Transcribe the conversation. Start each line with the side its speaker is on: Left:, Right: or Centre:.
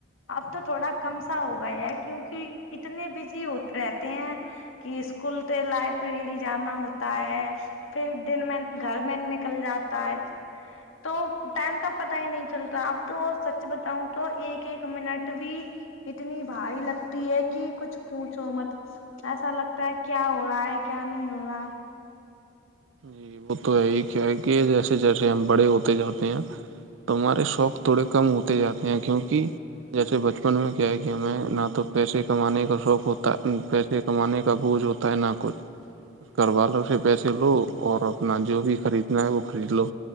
Left: اب تو تھوڑا کم سا ہوگا کیونکہ اتنے بزی ہو رہتے ہیں کہ اسکول کے لائ پری جانا ہوتا ہے پھر دن میں گھر میں نکل جاتا ہے تو ٹائم کا پتہ ہی نہیں چلتا ا تو سچ بتاؤں تو ایک ایک منٹ بھی اتنی بھاری لگتی ہے کہ کچھ پونچھو مت ایسا لگتا ہے کیا ہو رہا ہے کیا نہیں ہو رہا
Right: جی وہ تو ہے ہی کیا ہے کہ جیسے جیسے ہم بڑے ہوتے جاتے ہیں ت ہمہارے شوق تھوڑے کم ہوتے جاتے ہیں کیونکہ جیسے بچپن میں کیا ہے کہ ہمیں نہ تو پیسے کمانے کا شوق ہوتا پ کمانے کا بوجھ ہوتا ہے نہ کچھ
Left: <unintelligible>
Right: گھر والوں سے پیسے لو اور اپنا جو بھی خریدنا ہے وہ خرید لو